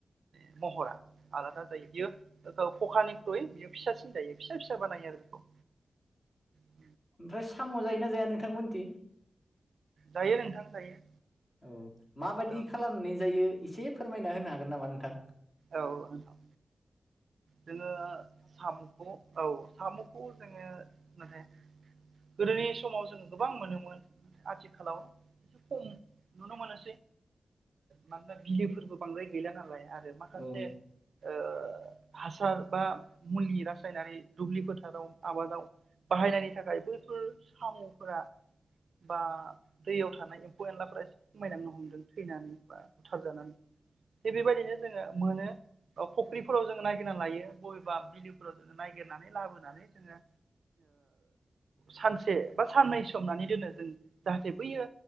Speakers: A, on the right (about 65°); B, on the left (about 30°).
A: <inaudible> महरा आलादा जायो बियो खखानिख्रुयै बियो फिसासिन जायो फिसा फिसा बानायो आरो बेखौ। ए।
B: ओमफ्राय साम' जायोना जाया नोंथांमोनथि।
A: जायो नोंथां जायो।
B: औ माबायदि
A: औ
B: खालामनानै जायो एसे फोरमायना होनो हागोन नामा नोंथां।
A: औ औ। जोङो साम'खौ औ साम'खौ जोङो मे। गोदोनि समाव जोङ गोबां मोनोमोन आथिखालाव। से खम नुनो मोननोसै मानोना बिलोफोरबो बांद्राय गैला नालाय आरो। माखासे
B: औ
A: ओ। हासार बा मुलिनि रासायनारि दुब्लि फोथाराव आबादाव। बाहायनायनि थाखाय बैफोर साम'फोरा। बा दैयाव थानाय एम्फौ एनलाफोरा एसे खमायनांनो हमदों थैनानै बा बुथार जानानै। थिग बेबायदिनो जोङो मोनो। फुख्रिफोराव जोङो नागिरना लायो बबेबा बिलोफोराव जोङो ननायगिरनानै लाबोनानै जोङो। सानसे बा साननै सोमनानै दोनो जों जाहाथे बैयो।